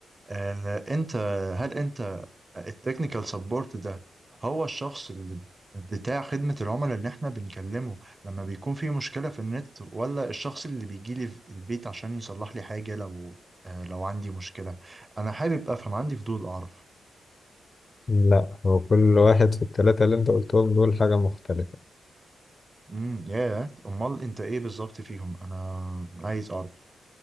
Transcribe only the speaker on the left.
لا هو كل واحد في التلاتة اللي أنت قلتهم دول حاجة مختلفة